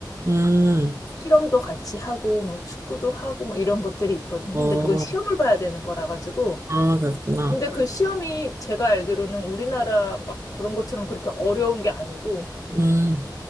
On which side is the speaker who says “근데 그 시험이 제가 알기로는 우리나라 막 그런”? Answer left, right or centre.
Left